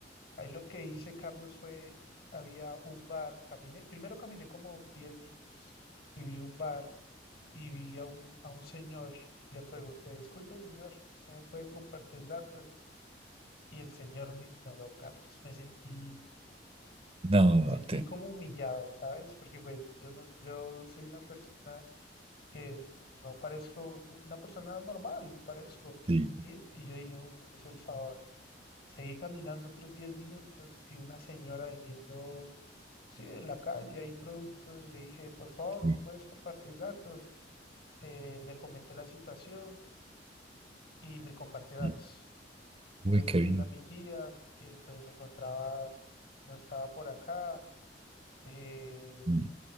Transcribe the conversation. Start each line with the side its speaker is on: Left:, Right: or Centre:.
Left: Ahí lo que hice, Carlos, fue, había un bar, caminé, primero caminé como 10 minutos y vi un bar y vi a un, a un señor, le pregunté, disculpe, señor, ¿usted me puede compartir datos? Y el señor me ignoró, Carlos. Me sentí
Right: No,
Left: Me sentí
Right: te...
Left: como humillado, ¿sabes? Porque pues yo no, yo soy una persona que no parezco una persona normal, parezco,
Right: Sí,
Left: ¿sí? Y yo dije, uy, no me hizo el favor. Seguí caminando otros 10 minutos, vi una señora vendiendo, sí, en la calle hay productos y le dije, por favor,
Right: sí,
Left: ¿me puedes compartir datos? Eh, le comenté la situación y me compartió datos.
Right: sí.
Left: Pude
Right: Uy,
Left: escribirle
Right: qué bien.
Left: a mi tía, que pues me encontraba, no estaba por acá. Eh,
Right: sí.